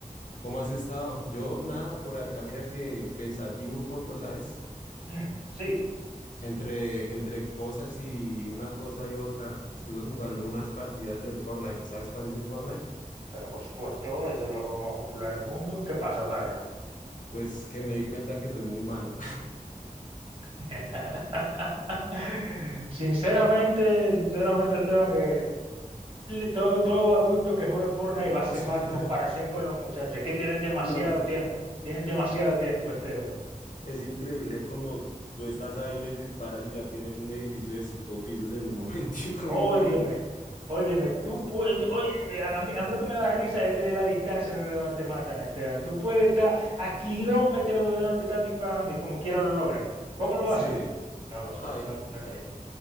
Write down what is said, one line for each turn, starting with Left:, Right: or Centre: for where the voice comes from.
Left: cómo, has estado? Yo nada, por acá mira que pensativo un poco, ¿sabes?
Right: Mm, sí,
Left: Entre, entre cosas y una cosa y otra. Estuve jugando <laughs> unas partidas del Fortnite. ¿Sabes cuál es el Fortnite?
Right: pero por supuesto, eso es el juego más popular del mundo. ¿Qué pasa, Parra?
Left: Pues que me di cuenta que soy muy malo.
Right: <laughs> Sinceramente, sinceramente, Esteban, que le- todo, todo adulto que juegue Fortnite va a ser
Left: <laughs>
Right: malo en comparación con los muchachos, que tienen demasiado
Left: No.
Right: tiempo. Tienen demasiado tiempo, Esteban.
Left: es increíble como tú estás ahí, les disparas y ya tienen un edificio de cinco pisos en un <laughs> momentico
Right: Óyeme,
Left: y uno, mm,
Right: óyeme, tú puedes, tú- oye, eh, a mí, a mí lo que me da risa es desde la distancia de donde te matan, Esteban. Tú puedes estar a kilómetros de donde te están disparando y como quiera lo logran. ¿Cómo lo
Left: sí,
Right: hacen? No lo sé,
Left: ay,
Right: no, no entiendo.
Left: ay,